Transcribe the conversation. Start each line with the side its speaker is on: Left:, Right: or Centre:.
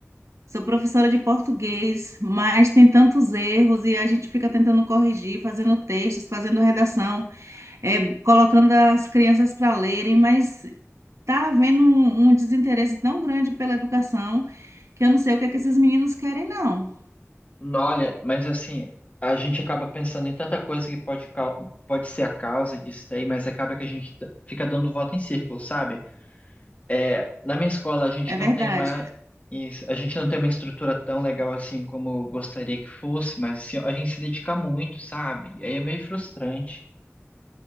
Right: sou professora de português, mas tem tantos erros e a gente fica tentando corrigir, fazendo textos, fazendo redação, é, colocando as crianças para lerem, mas Tá havendo um, um desinteresse tão grande pela educação que eu não sei o que é que esses meninos querem, não.
Left: Olha, mas assim, a gente acaba pensando em tanta coisa que pode, cau- pode ser a causa disso daí, mas acaba que a gente t- fica dando volta em círculo, sabe? É, na minha escola, a gente
Right: É verdade.
Left: não tem uma, is- a gente não tem uma estrutura tão legal assim como eu gostaria que fosse, mas assim, a gente se dedica muito, sabe? Aí é meio frustrante,